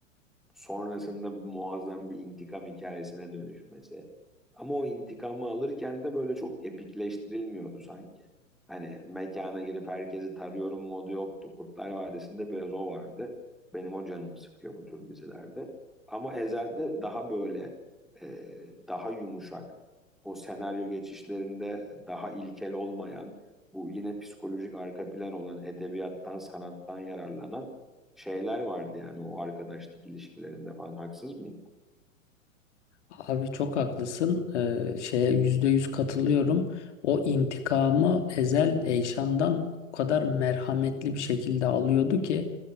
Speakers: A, in the centre; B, on the left.
A: sonrasında muazzam bir intikam hikayesine dönüşmesi. Ama o intikamı alırken de böyle çok epikleştirilmiyordu sanki. Hani mekana girip herkesi tarıyorum modu yoktu. Kurtlar Vadisi'nde biraz o vardı. Benim o canımı sıkıyor bu tür dizilerde. Ama Ezel'de daha böyle e, daha yumuşak. O senaryo geçişlerinde daha ilkel olmayan, bu yine psikolojik arka plan olan edebiyattan, sanattan yararlanan şeyler vardı yani o arkadaşlık ilişkilerinde falan haksız mıyım?
B: Abi çok haklısın. Ee, şeye yüzde yüz katılıyorum. O intikamı Ezel Eyşan'dan o kadar merhametli bir şekilde alıyordu ki